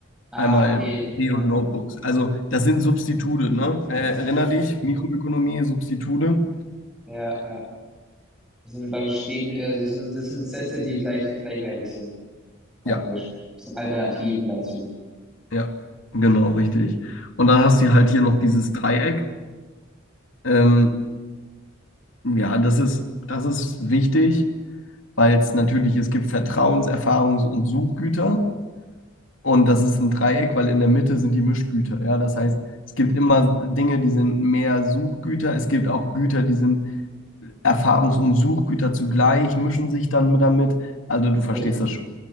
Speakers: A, in the centre; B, on the left (about 70°).
A: Ah,
B: einmal
A: okay.
B: PC
A: Ja,
B: und Notebooks. Also das sind Substitute, ne? Äh, erinner
A: ja,
B: dich, Mikroökonomie, Substitute.
A: ja, ja. Das sind praktisch gegen, also das sind, das sind Sätze, die gleich, gleichwertig sind, praktisch.
B: Ja,
A: Das sind Alternativen dazu.
B: ja, genau, richtig. Und dann hast du halt hier noch dieses Dreieck. Ähm, ja, das ist, das ist wichtig, weil es natürlich, es gibt Vertrauens-, Erfahrungs- und Suchgüter. Und das ist ein Dreieck, weil in der Mitte sind die Mischgüter. Ja, das heißt, es gibt immer Dinge, die sind mehr Suchgüter. Es gibt auch Güter, die sind Erfahrungs- und Suchgüter zugleich, mischen sich dann damit. Also du verstehst
A: Das,
B: das schon.